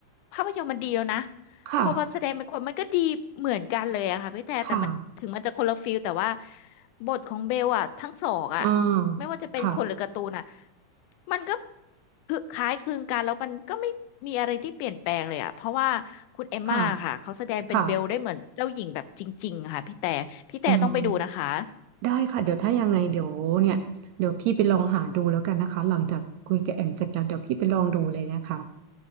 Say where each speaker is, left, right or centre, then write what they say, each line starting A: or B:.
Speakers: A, on the left; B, on the right.
A: ภาพยนตร์มันดีแล้วนะ
B: ค่ะ
A: พอมันแสดงเป็นคนมันก็ดีเหมือนกันเลยอะค่ะพี่แต่แต่มันถึงมันจะคนละฟิลแต่ว่า
B: ค่ะ
A: บทของเบลอะทั้งสองอะ
B: อ่า
A: ไม่ว่าจะเป็นคนหรือการ์ตูนอะ
B: ค่ะ
A: มันก็คือคล้ายคลึงกันแล้วมันก็ไม่มีอะไรที่เปลี่ยนแปลงเลยอะเพราะว่าคุณเอมม่าค่ะเขาแสดงเป็นเบลได้เหมือนเจ้าหญิงแบบจริงๆค่ะพี่แต่พี่แต่ต้องไปดูนะคะ
B: ค่ะค่ะอืม ได้ค่ะเดี๋ยวถ้ายังไงเดี๋ยวเนี่ยเดี๋ยวพี่ไปลองหาดูแล้วกันนะคะหลังจากคุยกับแอมเสร็จแล้วเดี๋ยวพี่ไปลองดูเลยนะคะ